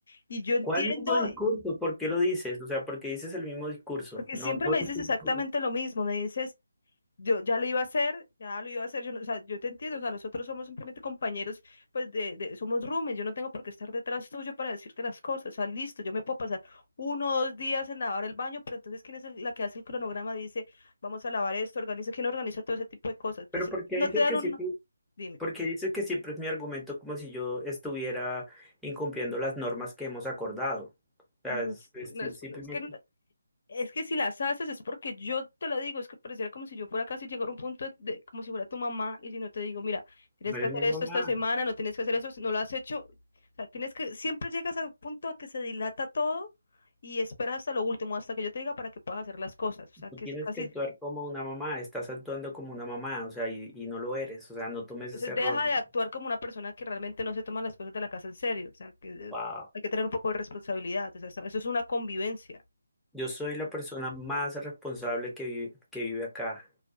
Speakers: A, on the left; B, in the centre.
A: Y yo entiendo,
B: ¿cuál mismo discurso? ¿Por qué lo
A: Sí.
B: dices? O sea, ¿por qué dices el mismo discurso?
A: porque
B: No,
A: siempre
B: no,
A: me dices
B: entiendo
A: exactamente
B: por qué.
A: lo mismo, me dices, yo ya lo iba a hacer, ya lo iba a hacer, yo, no- o sea, yo te entiendo, o sea, nosotros somos simplemente compañeros, pues de, de- somos roomies, yo no tengo por qué estar detrás tuyo para decirte las cosas, o sea, listo, yo me puedo pasar uno o dos días en lavar el baño, pero entonces, ¿quién es el- la que hace el cronograma? Dice, vamos a lavar esto, organiza, ¿quién organiza todo ese tipo de cosas? Entonces,
B: pero ¿por qué
A: si no
B: dices
A: te dan
B: que
A: un,
B: sí?
A: no, dime,
B: Porque dice que siempre es mi argumento como si yo estuviera incumpliendo las normas que hemos acordado. O sea,
A: no,
B: es-
A: es
B: es
A: no
B: si-
A: es-
B: simplemente
A: no es que
B: no
A: Es que si las haces es porque yo te lo digo, es que pareciera como si yo fuera casi llegar a un punto de, como si fuera tu mamá y si no te digo, mira, tienes
B: no
A: que
B: eres
A: hacer
B: mi mamá.
A: esto esta semana, no tienes que hacer eso, si no lo has hecho, o sea, tienes que, siempre llegas al punto a que se dilata todo y esperas hasta lo último, hasta que yo te diga para que puedas hacer las cosas, o sea,
B: Tú
A: que
B: tienes
A: es casi,
B: que actuar como una mamá. Estás actuando como una mamá, o sea, y, y no lo eres. O sea, no tomes
A: entonces
B: ese
A: deja
B: rol.
A: de actuar como una persona que realmente no se toma las cosas de la casa en serio, o sea, que eh,
B: Wow.
A: hay que tener un poco de responsabilidad, o sea, eso eso es una convivencia.
B: Yo soy la persona más responsable que vive, que vive acá.